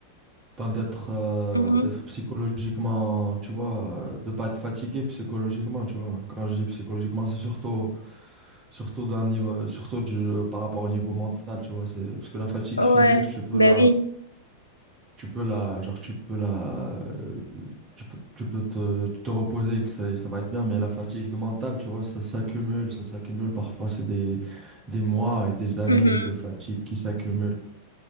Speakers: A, on the right (about 30°); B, on the left (about 80°).
A: ben, d'être euh,
B: Mhm.
A: d'être psychologiquement, tu vois, euh, de pas être fatigué psychologiquement, tu vois. Quand je dis psychologiquement, c'est surtout surtout d'un niveau surtout du, par rapport au niveau mental, tu vois, c'est parce que la fatigue
B: Ouais,
A: physique, tu peux
B: ben
A: la
B: oui.
A: tu peux la, genre, tu peux la, euh, tu peux, tu peux te, te reposer et que ça, ça va être bien, mais la fatigue mentale, tu vois, ça s'accumule, ça s'accumule. Parfois, c'est des, des mois et des années
B: Mhm.
A: de fatigue qui s'accumulent.